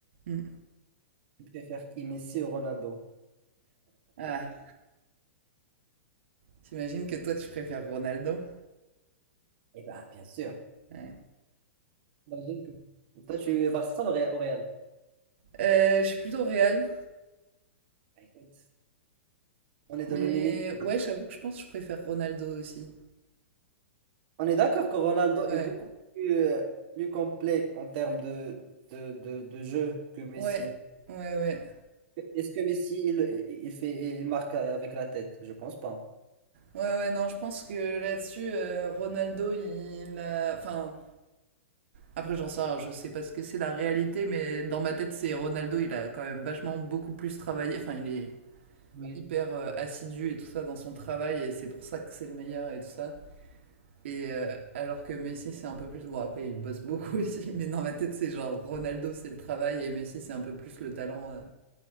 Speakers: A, on the right; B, on the right.
A: euh, hmm.
B: tu préfères qui, Messi ou Ronaldo?
A: Ah, t'imagines que toi, tu préfères Ronaldo?
B: Eh bien, bien sûr.
A: Ouais.
B: J'imagine que toi, tu es Barça au Ré- au Real.
A: Euh, je suis plutôt Real,
B: Bah, écoute, on est dans
A: mais
B: le même équipe.
A: ouais, j'avoue que je pense que je préfère Ronaldo aussi.
B: On est d'accord que Ronaldo
A: Ouais,
B: est beaucoup plus, euh, plus complet en termes de, de, de, de jeu que Messi.
A: ouais, ouais, ouais.
B: Est-ce que Messi, il, il fait, il marque avec la tête? Je pense pas.
A: Ouais, ouais, non, je pense que là-dessus, euh, Ronaldo, il a. Enfin, après, j'en sais rien, je sais pas ce que c'est la réalité, mais dans ma tête, c'est Ronaldo, il a quand même vachement beaucoup plus travaillé. Enfin, il est
B: Oui.
A: hyper euh, assidu et tout ça dans son travail, et c'est pour ça que c'est le meilleur et tout ça. Et euh, alors que Messi, c'est un peu plus. Bon, après, il bosse beaucoup <laughs> aussi, mais dans ma tête, c'est genre Ronaldo, c'est le travail, et Messi, c'est un peu plus le talent euh,